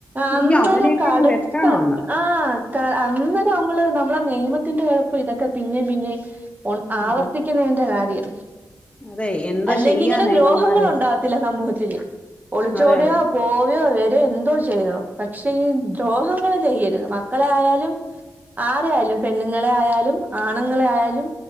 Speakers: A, on the right; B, on the left.
A: അന്നേരം
B: എനിക്ക് അവനെയൊക്കെ
A: കടത്ത
B: അങ്ങ് വെട്ടണം അങ്ങ്
A: ആ ത്ത അന്നേരം നമ്മള് നമ്മുടെ നിയമത്തിന്റെ കൊഴപ്പം ഇതൊക്കെ പിന്നെയും പിന്നെയും ഉ ആവർത്തിക്കുന്നതിന്റെ
B: അതെ
A: കാര്യം
B: അതെ എന്താ
A: അല്ലെങ്കിൽ
B: ചെയ്യാനാ
A: ഇങ്ങനെ ദ്രോഹങ്ങൾ
B: ഇവന്മാര്
A: ഉണ്ടാവത്തില്ല സമൂഹത്തില് ഒള്
B: അതെ
A: ചോടെയോ
B: അതെ
A: പോവയോ വരെയോ എന്തോ ചെയ്തോ പക്ഷെ ഈ ദ്രോഹങ്ങള് ചെയ്യരുത് മക്കളെ ആയാലും ആരെ ആയാലും പെണ്ണുങ്ങളെ ആയാലും ആണുങ്ങളെ ആയാലും